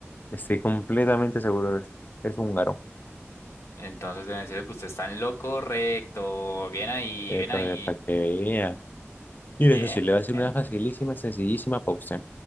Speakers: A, on the left (about 40°); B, on the left (about 75°).
A: Estoy completamente seguro de eso. Es húngaro.
B: Entonces, debe decirle que usted está en lo correcto. Bien ahí,
A: Eh,
B: bien
A: para,
B: ahí.
A: para que vea. Y
B: Bien,
A: eso sí, le va a hacer
B: bien.
A: una facilísima, sencillísima para usted.